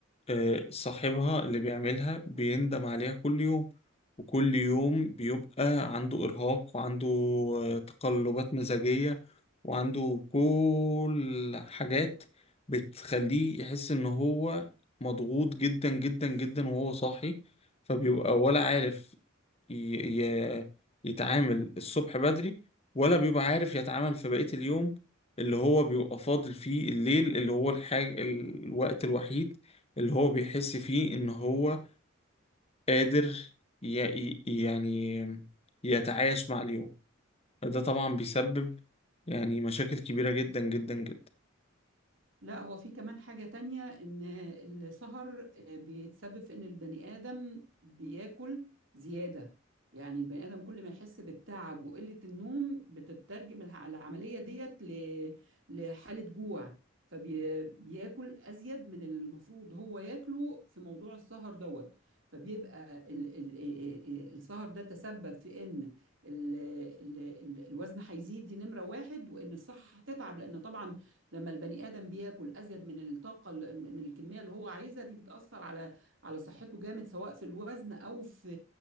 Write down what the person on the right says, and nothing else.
لا هو في كمان حاجة تانية إن السهر آه، بيتسبب في إن البني آدم بياكل زيادة يعني البني آدم كل ما يحس بالتعب وقلة النوم بتترجم الع- العملية ديت ل- لحالة جوع فبياكل أزيد من اللي المفروض هو ياكله في موضوع السهر دوت فبيبقى ال- ال- ال- السهر ده تسبب في إن ال- ال- ال- الوزن هيزيد دي نمرة واحد وإن الصحة هتتعب لأن طبعا لما البني ادم بياكل ازيد من الطاقه ال- من الكميه اللي هو عايزها دي بتاثر على على صحته جامد سواء في الوزن او في